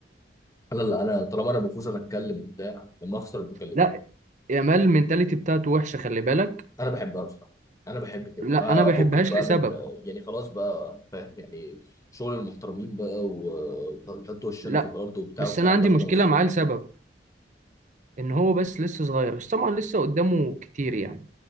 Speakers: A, on the left; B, on the right.
A: انا اللي انا طالما انا بفوز انا اتكلم وبتاع لما اخسر بيكلموني
B: لا يامال المنتاليتي بتاعته وحشة خلي بالك
A: انا بحبها بصراحه انا بحب كده
B: لا
A: ما
B: انا ما
A: افكك
B: بحبهاش
A: بقى
B: لسبب
A: من يعني خلاص بقى فاهم يعني شغل المحترمين بقى و- وحط وشنا
B: لا
A: في الارض وبتاع
B: بس
A: والكلام
B: انا عندي
A: ده خلاص
B: مشكلة معاه لسبب ان هو بس لسه صغير بس طبعا لسه قدامه كتير يعني